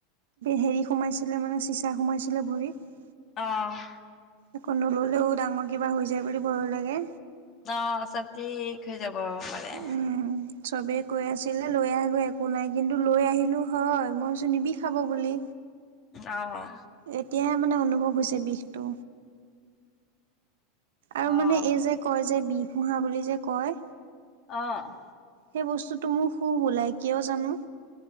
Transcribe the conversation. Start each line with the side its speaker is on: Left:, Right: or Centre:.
Right: হেৰি সোমাইছিলে মানে চিচা সোমাইছিলে ভৰিত
Left: আহ
Right: আকৌ নললেও ডাঙৰ কিবা হৈ যায় বুলি ভয় লাগে
Left: অ চবজ হৈ যাব পাৰে
Right: উম চবেই কৈ আছিলে লৈ আহিব একো নাই কিন্তু লৈ আহি ো হয় মইছো নিবি খাব বুলি
Left: আহ!
Right: এতিয়াহে মানে অনুভৱ হৈছে বিষটো আৰু
Left: অ',
Right: মানে এই যে কয় যে বিহুহা বুলি যে কয়।
Left: অ'-
Right: সেই বস্তুটো মোৰ সু বোলাই কিয় জানো